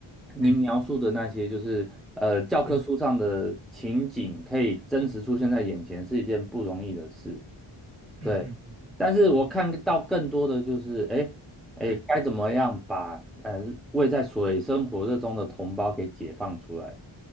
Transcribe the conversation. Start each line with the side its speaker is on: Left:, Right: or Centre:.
Centre: 您描述的那些，
Right: 嗯
Centre: 就是呃教科书上的情景，
Right: 嗯
Centre: 可以真实出现在眼前，
Right: 嗯
Centre: 是一件不容易的事。对，
Right: 嗯嗯嗯，
Centre: 但是我看到更多的就是，
Right: 嗯
Centre: 哎，哎，
Right: 是，
Centre: 该怎么样把呃位在水深火热中的同胞给解放出来？